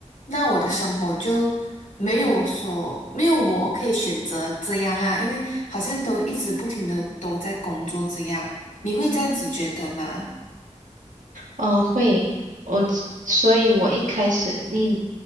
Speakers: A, on the left; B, on the right.
A: 那我的生活就没有我所，没有我可以选择这样啦，因为好像都一直不停的都在工作这样，你会这样子觉得吗？
B: 嗯、呃会，我，所以我一开始，你，